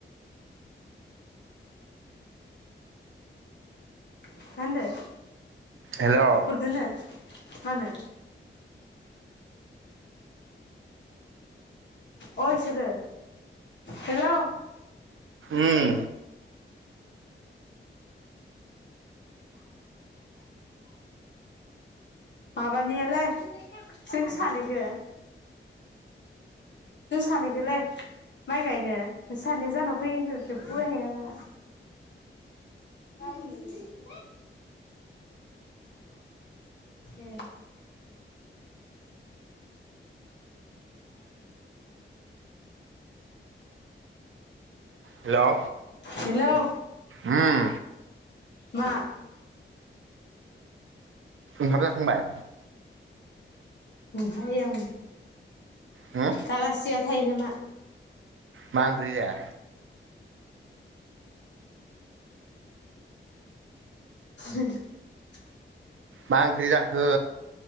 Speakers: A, on the left; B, on the right.
A: मा होनदों
B: हेलौ
A: हरदोंनो मानो अ इसोरो हेलौ
B: उम
A: माबानिया लै जों सानैखौ जों सानैखौलै माइ गायनो नोंसोर सानैया जोहानाव फैयो होनथ फराय हायला गाबोन लिंदों ए
B: हेलौ
A: हेलौ
B: उम
A: मा
B: ओंखाम जाखांबाय
A: ओमफ्राय आं
B: हो
A: दालासि जाया थायो नामा
B: मा ओंख्रि जाया
A: <inaudible>
B: मा ओंख्रि जाखो